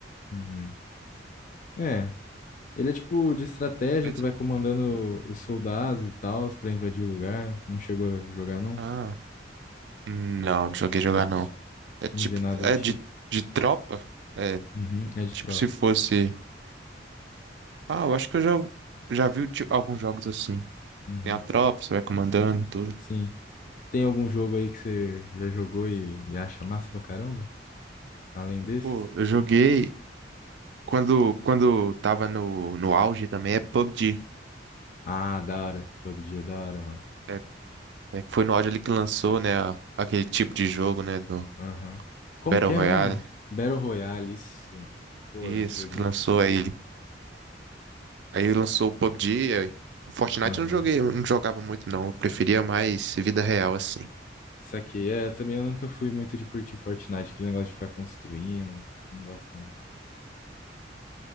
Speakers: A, on the left (about 45°); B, on the right (about 70°).
A: Uhum. É. Ele é tipo de estratégia,
B: Mas,
A: tu vai comandando os soldados e tal pra invadir o lugar. Não chegou a jogar, não?
B: ah. Não, não joguei jogar
A: N-
B: não. É tipo.
A: Nem ver nada
B: É
A: do tipo.
B: de, de tropa? É.
A: Uhum, é de
B: Tipo,
A: tropa.
B: se fosse. Ah, eu acho que eu já, já vi o ti- alguns jogos assim.
A: Uhum.
B: Tem a tropa, você vai comandando, e tudo.
A: Sim. Tem algum jogo aí que você já jogou e, e acha massa pra caramba? Além desse?
B: Pô, eu joguei quando, quando tava no, no auge também, é PUBG.
A: Ah, da hora. PUBG é da hora, mano.
B: É, é, foi no auge ali que lançou, né, a- aquele tipo de jogo, né, do
A: Aham. Como
B: Battle
A: que é
B: Royale.
A: mesmo? Battle Royale, isso. Pô,
B: Isso,
A: joguinho
B: que lançou aí. Aí lançou o PUBG. aí- O Fortnite
A: Aham.
B: eu não joguei, eu não jogava muito não. Eu preferia mais vida real, assim.
A: Saquei. É, também eu nunca fui muito de curtir Fortnite, aquele negócio de ficar construindo. Não gosto, não.